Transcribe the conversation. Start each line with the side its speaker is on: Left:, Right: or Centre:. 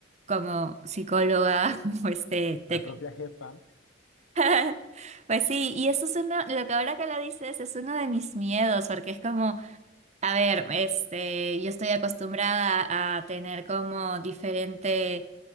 Right: como psicóloga <laughs> pues te, te
Left: La propia jefa,
Right: <laughs> Pues sí, y eso es uno, lo que ahora que lo dices es uno de mis miedos, porque es como, a ver, este, yo estoy acostumbrada a tener como diferente,